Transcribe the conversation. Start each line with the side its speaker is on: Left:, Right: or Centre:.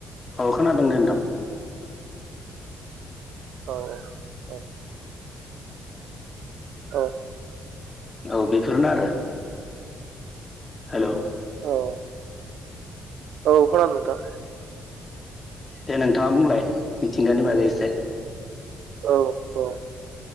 Left: औ खोनादों नोंथां
Right: औ औ औ औ
Left: औ बेफोरनो आरो हेल'
Right: औ औ खानो नोंथां
Left: दे नोंथाङा बुंलाय मिथिंगानि बागै एसे
Right: औ औ